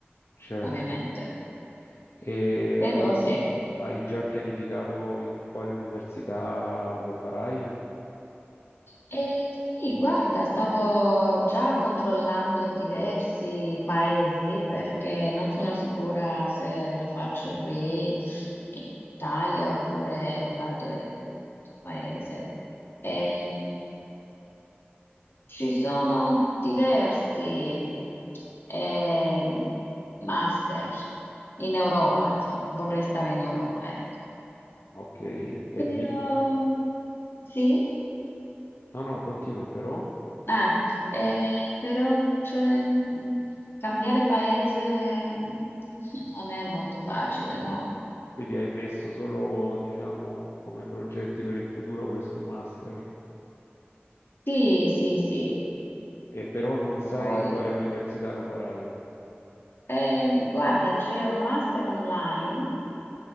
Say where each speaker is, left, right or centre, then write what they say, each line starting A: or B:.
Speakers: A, on the left (about 80°); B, on the left (about 60°).
A: certo.
B: ovviamente.
A: E
B: Però
A: di-
B: sì.
A: hai già pianificato in quale università lo farai?
B: E sì, guarda, stavo già controllando diversi paesi perché non sono sicura se lo faccio qui in Italia oppure vado in paese. Ehm, ci sono diversi ehm, master in Europa, insomma, vorrei stare in Europa, ecco.
A: Ok, e
B: Però
A: di...
B: sì.
A: No, no, continua però.
B: Ah, eh, però cioè, mh, cambiare paese mh, <laughs> non è molto facile, no?
A: Quindi hai messo solo, diciamo, come progetti per il futuro questo master,
B: Sì, sì, sì.
A: e però non sai
B: Poi,
A: in quale università lo farai.
B: ehm, guarda, c'è un master online